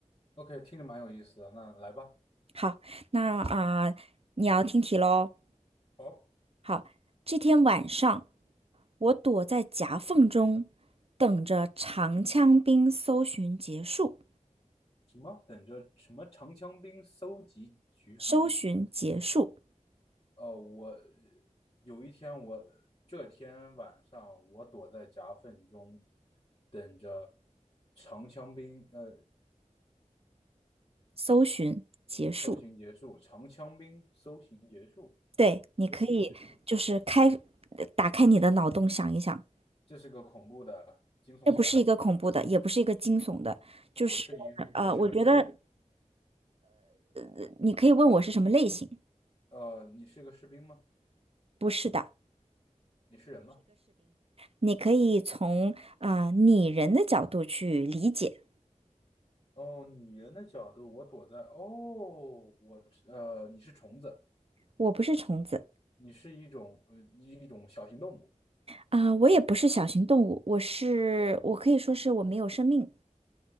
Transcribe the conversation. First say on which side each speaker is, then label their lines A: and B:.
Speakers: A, on the left; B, on the right.
A: ？？OK，听着蛮有意思的，那来吧。
B: 好，那啊、你要听题喽。
A: 哦，
B: 好，这天晚上，我躲在夹缝中，等着长枪兵搜寻结束，
A: 什么？等着什么？长枪兵搜集橘树。
B: 搜寻结束，
A: 呃，我有一天我，这天晚上，我躲在夹缝中，等着长枪兵。呃，
B: 搜寻结束。
A: 搜寻结束，长枪兵搜寻结束，
B: 对，你可以就是开，
A: 搜寻结束。
B: 呃打开你的脑洞想一想，
A: 这是个恐怖的、惊悚的。
B: 这不是一个恐怖的，也不是一个惊悚的，就是呃，
A: 我是一，我是个士兵。
B: 我觉得呃你可以问我是什么类型，
A: 呃，你是个士兵吗？
B: 不是的，
A: 你是人吗？
B: 你可以从啊、呃拟人的角度去理解。
A: 哦，拟人的角度，我躲在。哦，我呃，你是虫子，
B: 我不是虫子
A: 你是一种呃一一种小型动物，
B: 啊，我也不是小型动物，我是，我可以说是我没有生命。